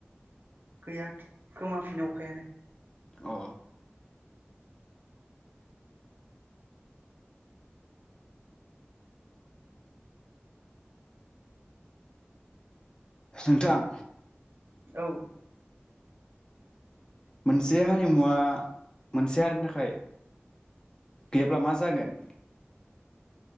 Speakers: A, on the right; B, on the left.
A: गैया गोमाफिनो अखायानो।
B: औ सुथां
A: औ
B: मोनसे हारिमुवा मोनसे हारिनि थाखाय गैयाब्ला मा जागोन।